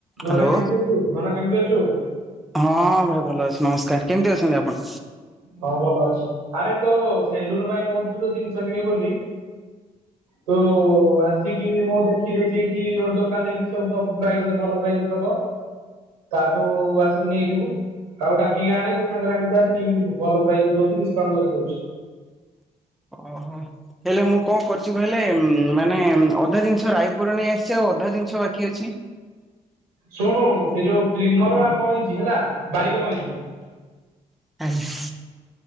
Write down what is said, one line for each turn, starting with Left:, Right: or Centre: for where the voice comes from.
Centre: ହ୍ୟାଲୋ
Right: ନନା କେମିତି ଅଛୁ? ନନା କେମିତି ଅଛୁ?
Centre: ହଁ ଭାଇ ଭଲ ଅଛି ନମସ୍କାର। କେମିତି ଅଛନ୍ତି ଆପଣ?
Right: ହଁ ଭଲ ଅଛି। ଆରେ ତୋ ସେଲୁନ ପାଇଁ କହୁଥିଲୁ ଯୋଉ ଜିନିଷ କିଣିବୁ ବୋଲି ତୋ ଆସିକି ମୁଁ ଦେ ଦେଖି ଦେଇଚି ଏଇଠି ଗୋଟେ ଦୋକାନ ଦେଇଛି, ସେ ସବୁ ପ୍ରାଇସ୍ ରେ ଭଲ ପ୍ରାଇସ୍ ରେ ଦବ। ତାଠୁ ଆସିକି ନେଇଯିବୁ, କାହାକୁ ଡାକିକି ଆଣେ ତୁ ସାଙ୍ଗରେ ଆଣିକି ଆସେ ନେଇକି ଯିବୁ। ଭଲ ପ୍ରାଇସ୍ ରେ ଦଉଚି ଡିସକାଉଣ୍ଟ କରି ଦଉଛି।
Centre: ଓହୋ। ହେଲେ ମୁଁ କଣ କରଚି କହିଲେ ମାନେ ଅଧା ଜିନିଷ ରାୟପୁର ନେଇ ଆସିଚି, ଆଉ ଅଧା ଜିନିଷ ବାକି ଅଛି।
Right: ଶୁଣୁ ସେ ଯୋଉ ଟ୍ରିମର ଆଉ କଇଁଚି ହେଲା ବାରିକ କଇଁଚି
Centre: <inaudible>